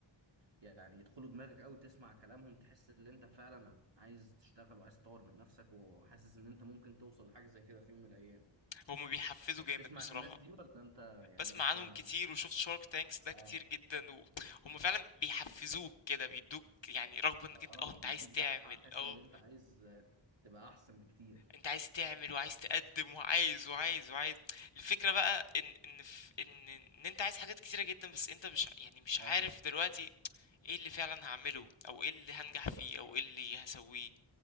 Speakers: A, on the right; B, on the left.
A: يعني يدخلوا دماغك قوي تسمع كلامهم تحس ان انت فعلا عايز تشتغل وعايز تطور من نفسك وحاسس ان انت ممكن توصل لحاجه زي كده في يوم من الايام
B: هما بيحفزوا
A: فبتسمع
B: جامد بصراحة
A: الناس دي ولا انت يعني
B: بسمع
A: لسه
B: عنهم
A: ما
B: كتير وشفت شارك تانكس ده
A: اه
B: كتير جدا وهم فعلا بيحفزوك كده بيدوك يعني رغبة انك
A: اه
B: انت اه انت
A: بيدوك
B: عايز تعمل
A: دفعه تحس
B: اه
A: ان انت عايز تبقى احسن بكتير
B: انت عايز تعمل وعايز تقدم وعايز وعايز وعايز الفكرة بقى ان ان في ان ان انت عايز حاجات كتيرة جدا بس انت مش يعني مش
A: اه
B: عارف دلوقتي ايه اللي فعلا هعمله او ايه اللي هنجح فيه او ايه اللي هسويه